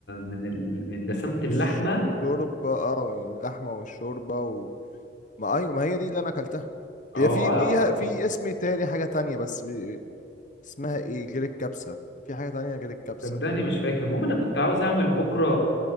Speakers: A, on the left; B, on the left.
A: من ال من دسامه
B: مش
A: اللحمه
B: شوربة اه اللحمة والشوربة و... ما ايوه ما هي دي اللي انا اكلتها
A: اه
B: هي في
A: اه
B: ليها في اسم تاني حاجة تانية بس ب... اسمها ايه غير الكبسة في حاجة تانية غير الكبسة
A: صدقني مش فاكر المهم انا كنت عاوز اعمل بكره